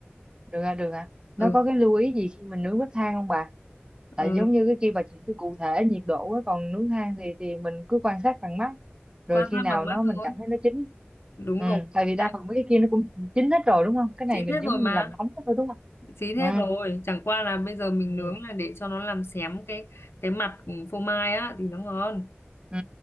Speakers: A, on the right (about 20°); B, on the left (about 70°).
A: được à được à nó
B: ừ
A: có cái lưu ý gì khi mình nướng bếp than không bà
B: ờ,
A: tại giống như cái kia bà chỉ cứ cụ thể nhiệt độ á còn nướng than thì thì mình cứ quan sát bằng mắt rồi
B: quan sát
A: khi nào
B: bằng mắt
A: nó mình
B: thôi
A: cảm thấy nó chín
B: đúng
A: ừ
B: rồi
A: tại vì đa
B: Tại-
A: phần mấy cái kia nó cũng chín hết rồi đúng không cái này
B: chín
A: mình
B: hết rồi
A: giống
B: mà
A: như mình làm nóng hết thôi đúng không
B: chín hết
A: ừ
B: rồi chẳng qua là bây giờ mình
A: ừ
B: nướng là để cho nó làm xém cái cái mặt ừ, phô mai á thì nó ngon
A: ừ,